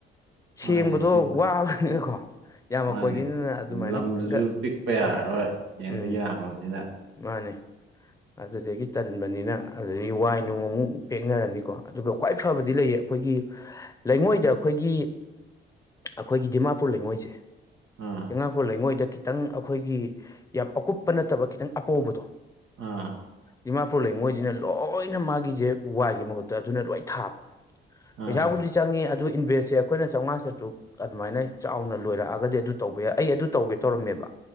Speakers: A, on the left; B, on the right.
A: ꯁꯦꯡꯕꯗꯣ
B: ꯃꯥꯅꯤ ꯁꯦꯡ
A: ꯋꯥꯕꯅꯤꯅ ꯀꯣ ꯌꯥꯝꯃꯛꯄꯒꯤꯅꯤꯅ
B: ꯃꯥꯅꯤ
A: ꯑꯗꯨꯃꯥꯏꯟꯅ
B: ꯂꯝꯗꯨꯁꯨ
A: ꯈꯤꯇꯪꯒ ꯑꯁ
B: ꯄꯤꯛꯄ ꯌꯥꯔꯔꯣꯏ
A: ꯍꯣꯏ
B: ꯌꯦꯟꯗꯣ
A: ꯎꯝ
B: ꯌꯥꯝꯃꯕꯅꯤꯅ
A: ꯃꯥꯅꯦ ꯑꯗꯨꯗꯒꯤ ꯇꯟꯕꯅꯤꯅ ꯑꯗꯨꯗꯒꯤ ꯋꯥꯏ ꯅꯣꯡ ꯑꯃꯨꯛ ꯄꯦꯛꯅꯔꯅꯤ ꯀꯣ ꯑꯗꯨꯒ ꯈ꯭ꯋꯥꯏ ꯐꯕꯗꯤ ꯂꯩꯌꯦ ꯑꯩꯈꯣꯏꯒꯤ ꯂꯩꯉꯣꯏꯗ ꯑꯈꯣꯏꯒꯤ ꯑꯈꯣꯏꯒꯤ ꯗꯤꯃꯥꯄꯨꯔ ꯂꯩꯉꯣꯏꯁꯦ
B: ꯑꯥ
A: ꯗꯤꯃꯥꯄꯨꯔ ꯂꯩꯉꯣꯏꯗ ꯈꯤꯇꯪ ꯑꯈꯣꯏꯒꯤ ꯌꯥꯝ ꯑꯀꯨꯞꯄ ꯅꯠꯇꯕ ꯈꯤꯇꯪ ꯑꯄꯧꯕꯗꯣ
B: ꯑꯥ
A: ꯗꯤꯃꯥꯄꯨꯔ ꯂꯩꯉꯣꯏꯖꯤꯅ ꯂꯣꯏꯅ ꯃꯥꯒꯤꯖꯦ ꯋꯥꯏꯒꯤ ꯃꯍꯨꯠꯇ ꯑꯗꯨꯅ ꯂꯣꯏ ꯊꯥꯕ
B: ꯑꯥ
A: ꯄꯩꯁꯥꯕꯨꯗꯤ ꯆꯪꯉꯤ ꯑꯗꯨ ꯏꯟꯚꯦꯁꯦ ꯑꯩꯈꯣꯏ ꯆꯧꯉꯥ ꯆꯇ꯭ꯔꯨꯛ ꯑꯗꯨꯃꯥꯏꯅ ꯆꯥꯎꯅ ꯂꯣꯏꯔꯛꯑꯒꯗꯤ ꯑꯗꯨ ꯇꯧꯕ ꯌꯥꯏ ꯑꯩ ꯑꯗꯨ ꯇꯧꯒꯦ ꯇꯧꯔꯝꯃꯦꯕ